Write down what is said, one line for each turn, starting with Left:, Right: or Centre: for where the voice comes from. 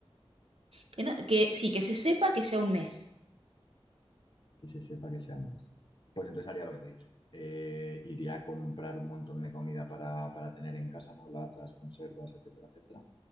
Right: que, no- que sí, que se sepa que sea un mes.
Left: que se sepa que sea un mes. Pues entonces haría lo que te he dicho. Eh, iría a comprar un montón de comida para, para tener en casa, ¿no? Latas, conservas, etcétera, etcétera.